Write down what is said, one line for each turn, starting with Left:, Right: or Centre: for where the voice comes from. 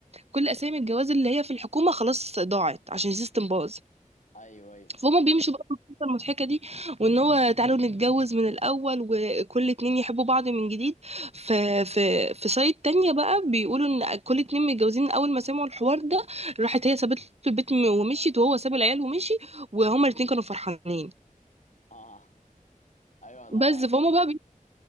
Right: كل اسامي الجواز اللي هي في الحكومة خلاص ضاعت عشان السيستم باظ
Left: ايوه ايوه
Right: فهم بيمشوا بقى في القصة المضحكة دي وان هو تعالوا نتجوز من الاول وكل اتنين يحبوا بعض من جديد في في في سايد تانية بقى بيقولوا ان كل اتنين متجوزين من اول ما سمعوا الحوار ده راحت هي سابت له البيت م- ومشيت وهو ساب العيال ومشي وهما الاتنين كانوا فرحانين
Left: اه ايوه
Right: بس
Left: ده
Right: فهم بقى